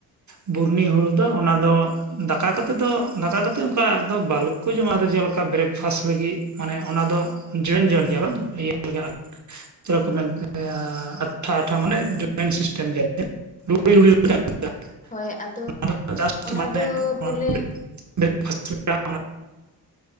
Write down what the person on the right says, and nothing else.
ᱵᱩᱨᱱᱤ ᱦᱩᱲᱩ ᱫᱚ ᱚᱱᱟ ᱫᱚ ᱫᱟᱠᱟ ᱠᱟᱛᱮᱫ ᱫᱚ, ᱫᱟᱠᱟ ᱠᱟᱛᱮᱫ ᱚᱱᱠᱟ ᱫᱚ ᱵᱟᱞᱠᱚ ᱡᱚᱢᱟ᱾ ᱟᱫᱚ ᱡᱮᱞᱮᱠᱟ ᱵᱨᱮᱠᱯᱷᱟᱥᱴ ᱞᱟᱹᱜᱤᱫ ᱢᱟᱱᱮ ᱚᱱᱟ ᱫᱚ, ᱡᱚᱣᱟᱹᱱ ᱡᱚᱣᱟᱹᱱ ᱜᱮᱭᱟ ᱵᱟᱝ, ᱤᱭᱟᱹ ᱪᱮᱫᱞᱮᱠᱟ ᱛᱷᱚᱲᱟ ᱠᱚ ᱢᱮᱱ ᱜᱮᱭᱟ ᱴᱷᱟ ᱴᱷᱟ ᱢᱟᱱᱮ ᱡᱚᱭᱮᱱᱴ ᱥᱤᱥᱴᱮᱢ ᱜᱮᱭᱟ᱾ <unintelligible>
ᱵᱮᱨᱮᱠᱯᱷᱟᱥ ᱪᱮᱫᱠᱟ